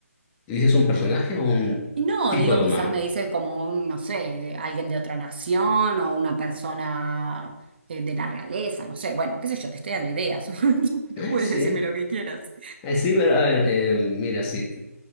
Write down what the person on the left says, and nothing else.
¿dices un personaje o un
tipo
de humano?
Ay,
sí.
Ay, sí, pero a ver, eh, mira, sí.